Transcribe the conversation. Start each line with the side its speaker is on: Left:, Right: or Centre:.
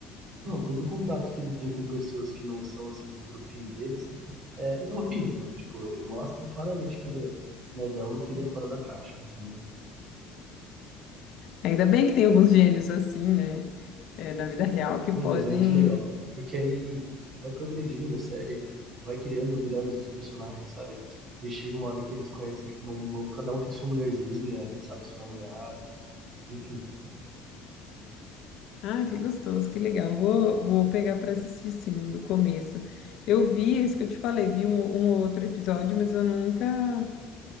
Right: Não, todo contato que ele tem com pessoas que não são, assim, do grupinho deles é, é horrível. Tipo, ele mostra claramente que ele é nerdão e que ele é fora da caixa, entendeu?
Left: Ainda bem que tem alguns gênios assim, né? É, na vida real que podem.
Right: Não, mas é muito legal, porque aí vai progredindo a série, vai criando melhores os personagens, sabe? E chega uma hora que eles conhecem, tipo, uma- uma- cada um tem sua mulherzinha, sabe, sua namorada, enfim.
Left: Ah, que gostoso, que legal. Vou, vou pegar para assistir sim, do começo. Eu vi, é isso que eu te falei, vi um, um ou outro episódio, mas eu nunca,